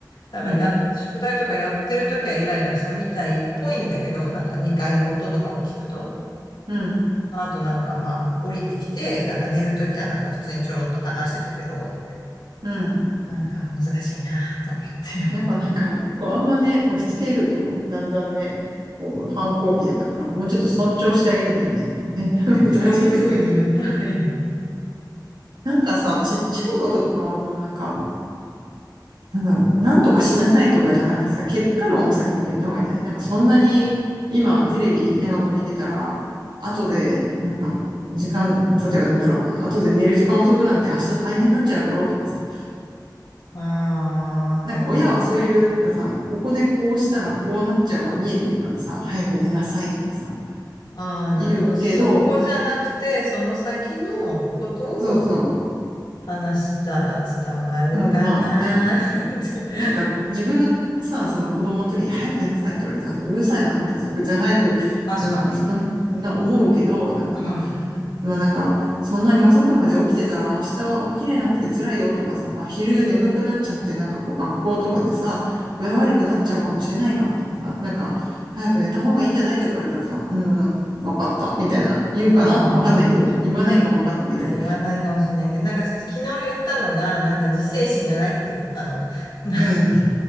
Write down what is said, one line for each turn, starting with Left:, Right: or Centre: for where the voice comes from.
Left: だからや、
Right: うん。
Left: 宿題とかやってるときはイライラしたみたいっぽいんだけど、なんか2階の音とかを聞くと、
Right: うん。
Left: あとなんかまあ降りてきて、なんか寝るときはなんか普通にちょろっと話してたけど、
Right: うん。
Left: なんか難しいなと思って
Right: やっぱなんか、こう、あんまね、押し付けると、だんだんね、こう、反抗期だから、もうちょっと尊重してあげなきゃいけないのかもね。
Left: <laughs>
Right: <laughs> 難しいけど。
Left: どういうふうに言ったらいいの
Right: なんかさ、ちっちゃいこととかはもうなんか、なんだろう、なんとかしなさいとかじゃなくてさ、結果論を先に言った方がいいんじゃないなんかそんなに今テレビ長く見てたら、後でなんか時間、例えばなんだろう、後で寝る時間遅くなって明日大変になっちゃうよとかさ、
Left: あ
Right: なんか親はそういうなんかさ、ここでこうしたらこうなっちゃうが見えてるからさ、早く寝なさいとかさ、
Left: あ、ああ、なるほど。
Right: 言うけど、
Left: そこじゃなくて、その先のことを
Right: そうそ
Left: 話したら伝わるかな
Right: う、うん、まあね、
Left: <laughs>
Right: なんか自分がさ、その子供の時に早く寝なさいって言われたらさ、うるさいなってさ、別に早く、
Left: 確かに。
Right: なんかそんな、な思うけど、なんかさ、
Left: うん。あ
Right: まあなんか、そんなに遅くまで起きてたら明日は起きれなくて辛いよとかさ、まあ昼眠くなっちゃってなんかこう学校とかでさ、具合悪くなっちゃうかもしれないからとかさ、なんか早く寝た方がいいんじゃないとか言われたらさ、うん、わかった、みたいな、言うかなわかんないけど、
Left: あ。
Right: 言わないかもわかんないけど、
Left: あ、言わないかもしれないけど、なんか昨日言ったのが、なんか自制心がないって言ったの。<laughs> な
Right: うん、